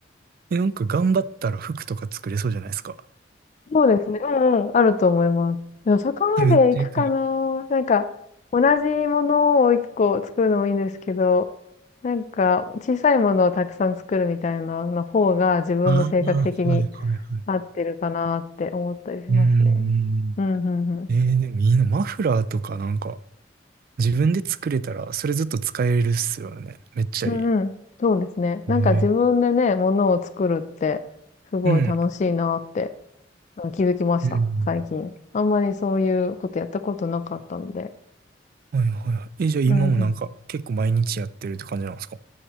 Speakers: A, on the right; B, on the left.
A: え、なんか頑張ったら服とか作れそうじゃないですか。
B: そうですね。うんうん。あると思います。でもそこまで行くかな。
A: え、めっちゃいい
B: なんか、同じものを一個作るのもいいんですけど、なんか、小さいものをたくさん作るみたいなの方が自分の性格的に
A: ああ、はいはいはい。
B: 合ってるかなって思ったりしますね。
A: うーん。
B: うん、うん、うん。
A: えー、でもいいな。マフラーとかなんか、自分で作れたら、それずっと使えるっすよね。めっちゃい
B: うんうん。そうですね。
A: い。
B: なんか自分でね、
A: え
B: ものを作るって、すごい楽しいなって、
A: ー、うん。
B: うん気づきました。
A: うん
B: 最近。あんまりそういうことやったことなかったんで。
A: はいはいはい。え、じゃあ今もなんか結構毎日やってるって感じなんですか
B: うんうん。